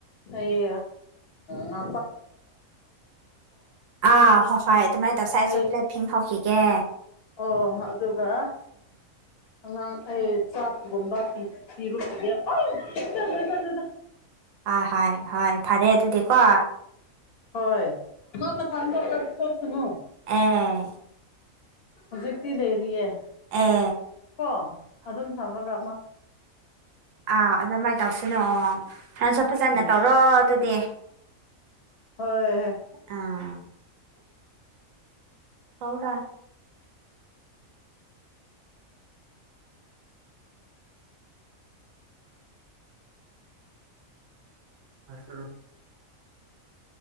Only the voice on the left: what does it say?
ꯑꯩ ꯥꯡꯔ
ꯑꯩ
ꯑꯣ ꯑꯗꯨꯒ ꯑꯉꯥꯡ ꯑꯩ ꯆꯥꯛꯒꯨꯝꯕ ꯄꯤ ꯣ ꯆ ꯆꯗꯗ
ꯍꯣꯏ ꯃꯥ ꯃꯊꯗꯊ ꯁꯅꯨ
ꯍꯧꯖꯤꯛꯇꯤ ꯂꯩꯔꯤꯌꯦꯦ
ꯀꯣ ꯑꯗꯨꯝ ꯊꯝꯔꯒ
ꯎꯝ
ꯍꯣꯏ ꯍꯣꯏ